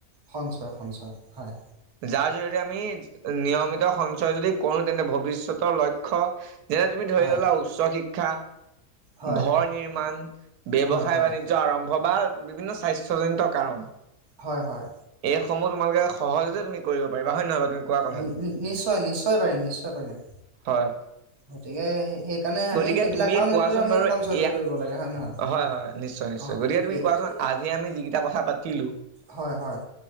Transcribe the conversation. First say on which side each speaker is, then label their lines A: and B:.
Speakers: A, on the right (about 30°); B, on the right (about 90°).
A: সঞ্চয়, সঞ্চয়, হয়।
B: যাৰ জৰিয়তে আমি নিয়মিত সঞ্চয় যদি কৰোঁ তেন্তে ভৱিষ্যতৰ লক্ষ্য যেনে তুমি ধৰি
A: হয়
B: ল'লা উচ্চ শিক্ষা।
A: হয়
B: ঘৰ নিৰ্মাণ, ব্যৱসায়
A: হয় হয়
B: বাণিজ্য আৰম্ভ বা বিভিন্ন স্বাস্থ জনিত কাৰণ।
A: হয়, হয়।
B: এইসমূহ তোমালোকে সহজতে তুমি কৰিব পাৰিবা। হয় নহয় নহয় তুমি কোৱা কথাটো?
A: নি নি নিশ্চয়, নিশ্চয়, পাৰিম নিশ্চয়, পাৰিম।
B: হয়।
A: গতিকে সেইকাৰণে
B: গতিকে
A: আমি সেইবিলাক
B: তুমি
A: কাৰণেতো
B: কোৱাচোন
A: আমি
B: বাৰু
A: সঞ্চয়
B: এয়া
A: কৰিব লাগে। হয় নে নহয়?
B: হয় হয় নিশ্চয় নিশ্চয়।
A: অ
B: গতিকে তুমি
A: এ
B: কোৱাচোন আজি আমি যিকেইটা কথা পাতিলো-
A: হয় হয়।